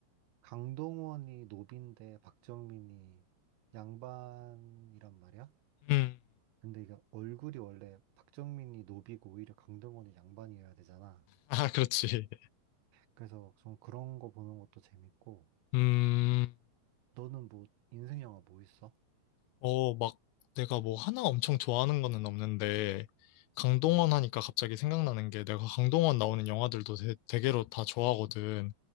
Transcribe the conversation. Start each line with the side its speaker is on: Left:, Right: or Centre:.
Right: 강동원이 노빈데 박정민이 양반이란 말이야?
Left: 음.
Right: 근데 이게 얼굴이 원래 박정민이 노비고 오히려 강동원이 양반이어야 되잖아.
Left: <laughs> 아, 그렇지.
Right: 그래서 좀 그런 거 보는 것도 재밌고.
Left: 음.
Right: 너는 뭐 인생 영화 뭐 있어?
Left: 어, 막 내가 뭐 하나 엄청 좋아하는 거는 없는데, 강동원
Right: 어,
Left: 하니까 갑자기 생각나는 게 내가 강동원 나오는 영화들도 대, 대개로 다 좋아하거든.